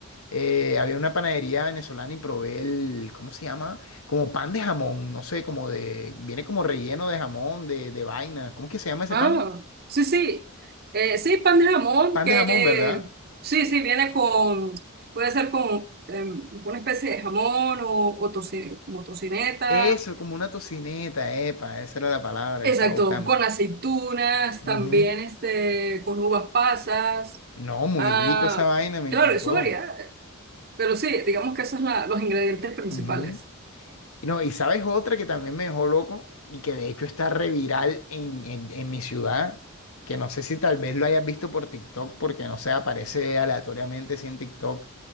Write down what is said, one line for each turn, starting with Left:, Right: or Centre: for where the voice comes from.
Left: eh, había una panadería venezolana y probé el, ¿cómo se llama? Como pan de jamón, no sé, como de, viene como relleno de jamón, de, de vaina. ¿Cómo es que se llama ese
Right: Ah,
Left: pan?
Right: sí, sí. Eh, sí, pan de jamón,
Left: Pan
Right: que
Left: de jamón, ¿verdad?
Right: sí, sí, viene con, puede ser con em, una especie de jamón o, o toci- como tocineta.
Left: Eso, como una tocineta, epa, esa era la palabra que
Right: Exacto,
Left: estaba buscando.
Right: con aceitunas,
Left: Ujú.
Right: también este, con uvas pasas.
Left: No, muy
Right: Ah,
Left: rico esa vaina, me
Right: claro,
Left: encantó.
Right: es su variedad, pero sí, digamos que esos son la- los ingredientes principales.
Left: Ujú. Y No, y sabes otra que también me dejó loco y que de hecho está reviral en, en, en mi ciudad, que no sé si tal vez lo hayas visto por TikTok, porque no sé, aparece aleatoriamente sí, en TikTok.